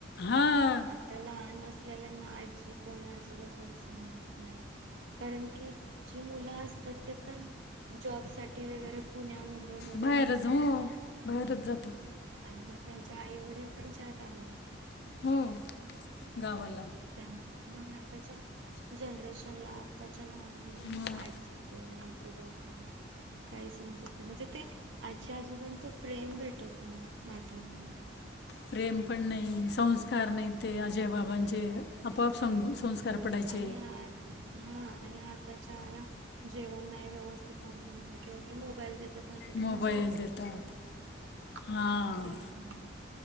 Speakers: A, on the left; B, on the right.
A: हां
B: आता लहान अस <unintelligible> ल्यालांना आजी कोण, आजोबा कोण समजत नाय. कारण की जी मुलं असतात ते आता जॉबसाठी वगैरे पुण्या मुम बईमध्ये
A: बाहेरच
B: राहतात.
A: हो बाहेरच जातात.
B: आणि मग त्यांच्या आईवरील त्यांच्या गावा
A: हो. गावाला
B: त्या <unintelligible> मग आताच्या जनरेशनला ताच्या लहान मुलांना
A: मग
B: आजी कोण, आजोबा कोण काही समजत नाही म्हणजे ते आजी आजोबांचं प्रेम भेटत नाही, नातवंडाना
A: प्रेम पण नाही, संस्कार नाही ते आज्या बाबांचे जे आपोआप <unintelligible> संस्कार पडायचे.
B: आणि आ हा आणि आताच्या आया जेवण नाही व्यवस्थित लहान मुलांनी केल की मोबाईल देतात. <unintelligible>
A: मोबाईल
B: म जेवतात
A: देतात
B: <unintelligible>
A: हां
B: हा तेच ना